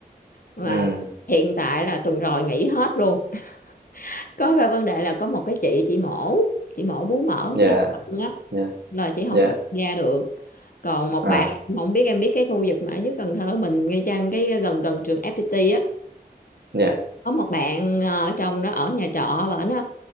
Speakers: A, on the left (about 55°); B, on the right (about 75°).
A: mà
B: ừ
A: hiện tại là tuần rồi nghỉ hết luôn <laughs> có cái vấn đề là có một cái chị chị mổ chị mổ bú mỡ ở
B: dạ
A: phía sau á,
B: dạ
A: là chị không
B: dạ
A: có tham gia được còn một
B: à
A: bạn không biết em biết cái khu vực mà ở dưới Cần Thơ mình ngay chăng cái ờ, gần gần trường FPT á
B: dạ
A: có một bạn ờ, ở trong đó ở nhà trọ và nó